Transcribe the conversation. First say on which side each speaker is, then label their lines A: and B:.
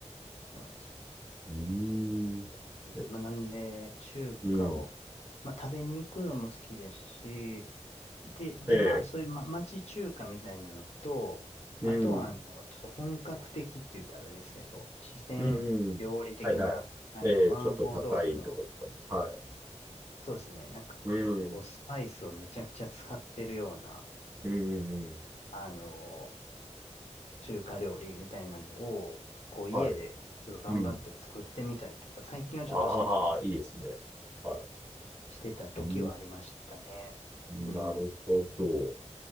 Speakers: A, on the left (about 60°); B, on the right (about 20°).
A: そうなんで
B: うーん。え
A: まあ、なんで、中華を、
B: うん。
A: まあ、食べに行くのも好きですし、で、で、
B: ええ。
A: まあ、そういう、ま、町中華みたいなのと、
B: うん。
A: あとは、あの、ちょっと本格的って言ったらあれですけど、四川料理的な、
B: うん、うん。はいはい。
A: あの、
B: ええ、
A: 麻婆豆腐の、
B: ちょっと高いところとか。はい。
A: そうですね、なんか、
B: うん。
A: こう、スパイスをめちゃくちゃ使ってるような、
B: うん、うん、うん。
A: あの、中華料理みたいなのを、こう家でちょっと頑張って作ってみたりとか、
B: はい。うん。
A: 最近はちょっとしてないんですけど、
B: ああ、いいですね。は
A: してた時はありましたね。
B: い。うーん。
A: うん。
B: なるほど。